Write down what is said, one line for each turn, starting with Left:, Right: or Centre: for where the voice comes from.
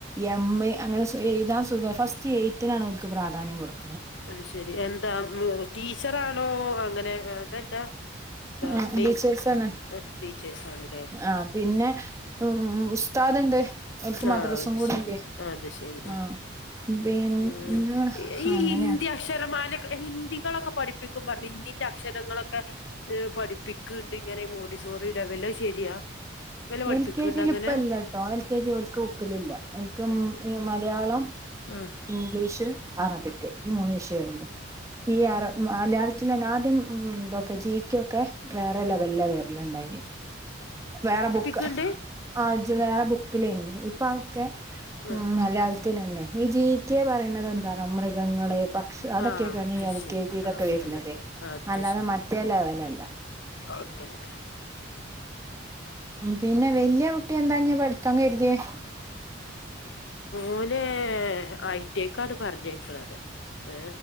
Right: എമ്മ് അങ്ങനെ ഈ ന്നാ സുഖം. ഫസ്റ്റ് എയ്ത്തിനാണ് അവർക്ക് പ്രാധാന്യം കൊടുക്ക
Left: അത് ശരി എന്താ ടീച്ചറാണോ അങ്ങനെ അതല്ല എന്താ
Right: ആ ടീച്ചേഴ്സെന്ന
Left: മെയ് ടീച്ചേഴ്സാണ്ല്ലേ
Right: ആഹ് പിന്നെ ഉം ഉം ഉസ്താദ്ണ്ട്. ഓൽക്ക് മദ്രസും
Left: ആഹ് അത്
Right: കൂടിണ്ട്
Left: ശരി അത് ശരി ഉം
Right: ആ പിന്നെ
Left: ഉം ഈ
Right: അങ്ങനെയാ
Left: ഹിന്ദി ഹിന്ദി അക്ഷരമാ ഹിന്ദികളൊക്കെ പഠിപ്പിക്കും പറഞ്ഞു ഹിന്ദിന്റെ അക്ഷരങ്ങളൊക്കെ പഠിപ്പിക്കു ക്ക്ണ്ട് ഇങ്ങനെ മോണ്ടി സോറി ലെവൽ അത് ശരിയാ? വല്ല പഠിപ്പിക്കണ്ട്
Right: എൽ കെ ജി
Left: അങ്ങനെ
Right: ലിപ്പംല്ലട്ടോ എൽ കെ ക്ക് ഒക്കലില്ല ഓല്ക്
Left: ആഹ്
Right: മലയാളം
Left: ആഹ്
Right: ഇംഗ്ലീഷ് അറബിക്ക് ഈ മൂന്ന് വിഷയള്ളൂ ഈ ആ ല മലയാളത്തില് ലെന്ന് ആദ്യം ഉം ഇതൊക്കെ ജി ക്യു ഒക്കെ വേറെ
Left: ഉം
Right: ലെവലില വെരലിണ്ടായിന് വേറെ ബു
Left: ക്കണ്ട്.
Right: കൊറച്ച് നേരം ബുക്കിലയ്ന്നു. ഇപ്പതൊക്കെ
Left: ആഹ്
Right: മലയാള ത്തിലെന്നെ ഈ ജീക്കെ പറയുന്നത് എന്താണ് മൃഗങ്ങള് പക്ഷെ അതൊകൊ
Left: ആഹ്
Right: ക്കെയാണ്
Left: അത്
Right: ഈ എൽ
Left: ശരി
Right: കെ ജി ലൊക്കെ
Left: ആഹ് അങ്ങനെ
Right: വരുന്നത്.
Left: അങ്ങനെ അത്
Right: അല്ലാതെ
Left: ശരി
Right: മറ്റേ
Left: ഉം.
Right: ലെവലല്ല.
Left: അങ്ങനെ
Right: പിന്നെ വല്യ കുട്ടി എന്താഞ്ഞ് പഠിക്കാൻ കര്തിയേ?
Left: ഓനെ ഐ ടി ഐ ക്കാണ് പറഞ്ഞയക്കണത്. ഏ